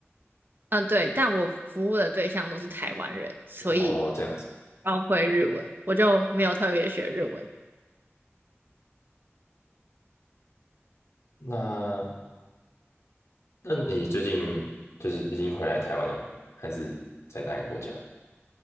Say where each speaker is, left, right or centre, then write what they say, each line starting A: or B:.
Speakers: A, on the right (about 50°); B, on the left (about 85°).
A: 嗯、对，但我服务的对象都是台湾人，所以
B: 哦，这样子。
A: 包会日文，我就没有特别学日文。
B: 那那你最近就是已经回来台湾了吗？还是在哪个国家？